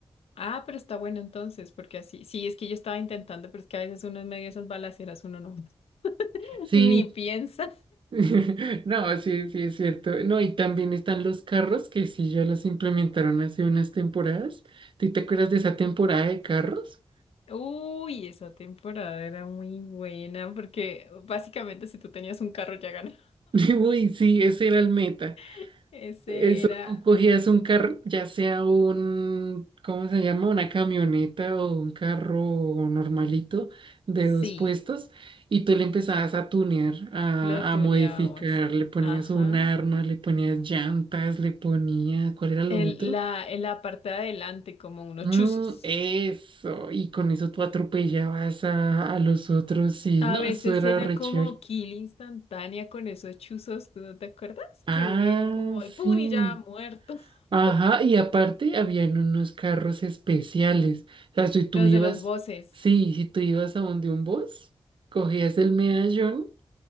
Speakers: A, on the left; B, on the right.
A: ah, pero está bueno entonces, porque así, sí, es que yo estaba intentando, pero es que a veces uno en medio de esas balaceras uno no, <laughs>
B: Sí,
A: ni piensa.
B: <laughs> No, sí, sí, es cierto. No, y también están los carros que sí ya los implementaron hace unas temporadas. ¿Tú te acuerdas de esa temporada de carros?
A: Uy, esa temporada era muy buena porque básicamente si tú tenías un carro ya ganaba.
B: <laughs> Uy, sí, ese era el meta.
A: <laughs> Ese
B: Eso,
A: era,
B: tú cogías un carro, ya sea un, ¿cómo se llama? Una camioneta o un carro normalito de
A: sí,
B: dos puestos, y tú le empezabas a tunear, a,
A: lo tuneábamos.
B: a modificar, le ponías
A: Ajá.
B: un arma, le ponías llantas, le ponías, ¿cuál era lo
A: El,
B: otro?
A: la, en la parte de adelante, como unos
B: Mm,
A: chuzos.
B: eso, y con eso tú atropellabas a, a los otros, sí,
A: A
B: no,
A: veces
B: eso era
A: era
B: re
A: como
B: chévere.
A: kill instantánea con esos chuzos, ¿tú no te acuerdas?
B: Ah,
A: Que uno iba como de
B: sí.
A: pum y ya muerto. <laughs>
B: Ajá, y aparte habían unos carros especiales. O sea, si tú
A: Los
B: ibas,
A: de los voces.
B: sí, si tú ibas a donde un bus, cogías el medallón